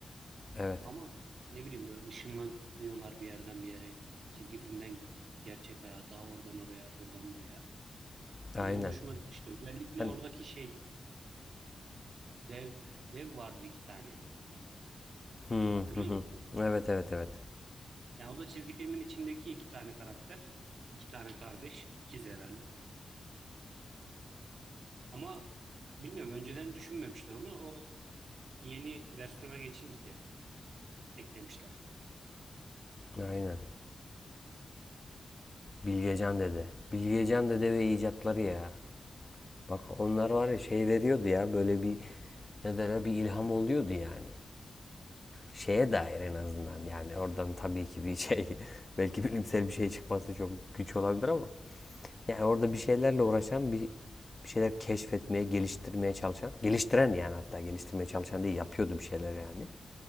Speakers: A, on the left; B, on the right.
A: Evet.
B: ama ne bileyim böyle ışınlanıyorlar bir yerden bir yere. Çizgi filmden gerçek hayata oradan oraya buradan buraya.
A: Aynen.
B: O benim hoşuma gitmişti. Özellikle
A: Hani
B: oradaki şey dev dev vardı iki tane.
A: Hı
B: Hatırlıyor
A: hı hı.
B: musun onları?
A: Evet evet evet.
B: Yani o da çizgi filmin içindeki iki tane karakter. iki tane kardeş. ikiz herhalde. Ama bilmiyorum önceden düşünmemişler onu. O yeni versiyona geçince eklemişler.
A: Aynen. Bilgecan Dede. Bilgecan Dede ve icatları ya. Bak onlar var ya şey veriyordu ya böyle bir ne derler bir ilham oluyordu yani. Şeye
B: Hı hı,
A: dair en azından yani oradan tabii ki bir şey <laughs> belki bilimsel bir şey çıkması çok güç olabilir ama yani orada bir şeylerle uğraşan bir, bir şeyler keşfetmeye, geliştirmeye çalışan, geliştiren yani hatta geliştirmeye çalışan değil yapıyordu bir şeyler yani.